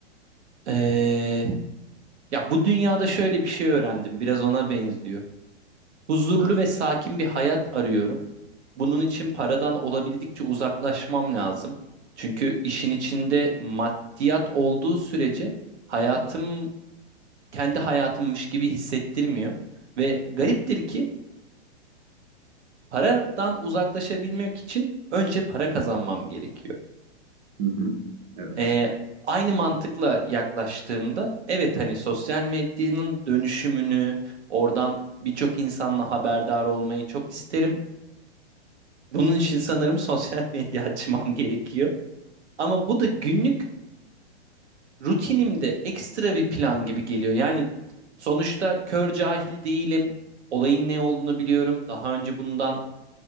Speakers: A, on the right; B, on the right.
A: eee, ya bu dünyada şöyle bir şey öğrendim. Biraz ona benziyor. Huzurlu ve sakin bir hayat arıyorum. Bunun için paradan olabildikçe uzaklaşmam lazım. Çünkü işin içinde maddiyat olduğu sürece hayatım kendi hayatımmış gibi hissettirmiyor. Ve gariptir ki paradan uzaklaşabilmek için önce para kazanmam gerekiyor.
B: hı hı. Evet.
A: Ee, aynı mantıkla yaklaştığımda evet hani sosyal medyanın dönüşümünü oradan birçok insanla haberdar olmayı çok isterim. Bunun için sanırım sosyal <laughs> medya açmam gerekiyor. Ama bu da günlük rutinimde ekstra bir plan gibi geliyor. Yani sonuçta kör cahil değilim. Olayın ne olduğunu biliyorum. Daha önce bundan